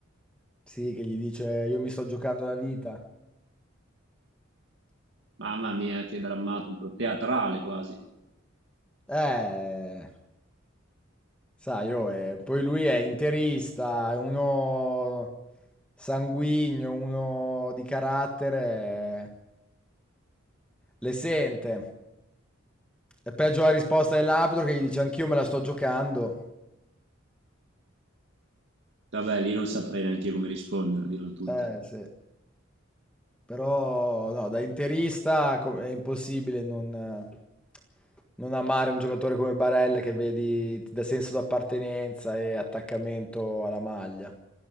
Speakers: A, in the centre; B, on the right (about 60°).
A: Sì, che gli dice io mi sto giocando la vita.
B: Mamma mia, che drammatico, teatrale quasi.
A: Eh. Sai, oh, eh, poi lui è interista, è uno sanguigno, uno di carattere, eh, le sente. È peggio la risposta dell'arbitro che gli dice anch'io me la sto giocando.
B: Vabbè, lì non saprei neanche io come rispondere, a dirla tutta.
A: Eh, sì. Però no, da interista co- è impossibile non, eh, non amare un giocatore come Barella che vedi ti dà senso d'appartenenza e attaccamento alla maglia.